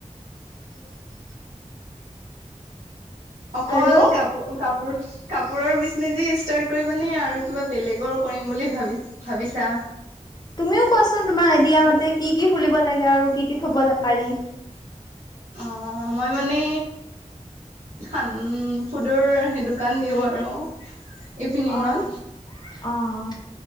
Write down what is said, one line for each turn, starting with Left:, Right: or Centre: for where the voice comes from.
Left: উ <unintelligible>
Right: অকল
Left: আৰু
Right: কাপোৰ কাপোৰ কাপোৰৰ বিজনেচ ষ্টাৰ্ট কৰিবা নে আৰু কিবা বেলেগৰ কৰিম বুলি ভাবি ভাবিছা?
Left: তুমিও কোৱাচোন তোমাৰ আইডিয়া মতে কি কি খুলিব লাগে আৰু কি কি থ'ব পাৰি?
Right: অ' মই মানে খান ফুডৰ সেই দোকান দিওঁ আৰু। ইভিনিঙত
Left: অ', অ'